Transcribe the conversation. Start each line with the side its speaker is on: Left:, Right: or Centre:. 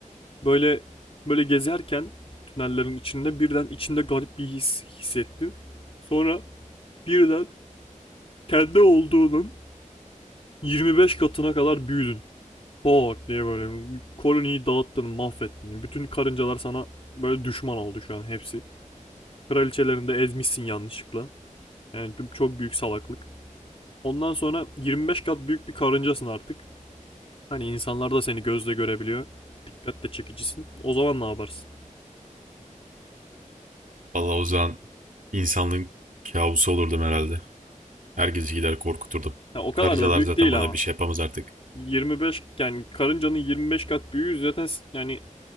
Left: böyle böyle gezerken tünellerin içinde birden içinde garip bir his hissettin. Sonra birden kendi olduğunun 25 katına kadar büyüdün. Bak diye böyle koloniyi dağıttın, mahvettin. Bütün karıncalar sana böyle düşman oldu şu an hepsi. Kraliçelerini de ezmişsin yanlışlıkla. Yani çok büyük salaklık. Ondan sonra 25 kat büyük bir karıncasın artık. Hani insanlar da seni gözle görebiliyor. Dikkatle çekicisin. O zaman ne yaparsın?
Right: Vallahi o zaman insanlığın kabusu olurdum herhalde. Herkesi gider korkuturdum.
Left: Ya o
Right: Karıncalar
Left: kadar da büyük
Right: zaten
Left: değil
Right: bana
Left: ama.
Right: bir şey yapamaz artık.
Left: 25 yani karıncanın 25 kat büyüğü zaten yani